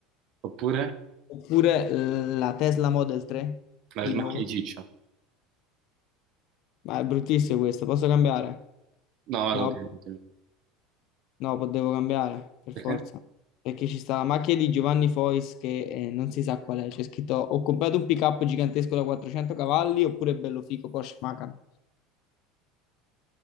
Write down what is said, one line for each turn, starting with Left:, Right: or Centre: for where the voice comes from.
Right: Oppure
Left: oppure eh, la Tesla Model 3,
Right: la
Left: di nuovo.
Right: macchina di ciccia.
Left: Ma è bruttissimo questo, posso cambiare?
Right: No, vai,
Left: No,
Right: continua, continua.
Left: no, po- devo cambiare, per
Right: Perché?
Left: forza. Perché ci sta la macchina di Giovanni Fois che eh, non si sa qual è. C'è scritto, ho comprato un pick-up gigantesco da 400 cavalli oppure bello fico Porsche Macan.